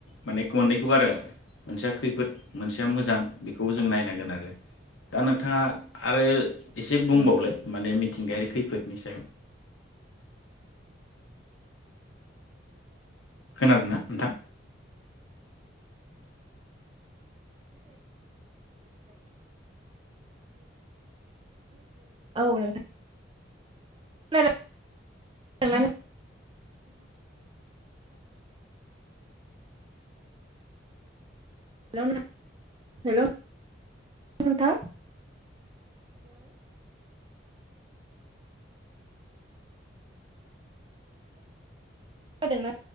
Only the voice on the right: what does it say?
औ
औ नोंथां खोनादों। हेल' हेल' नोंथां खादोंना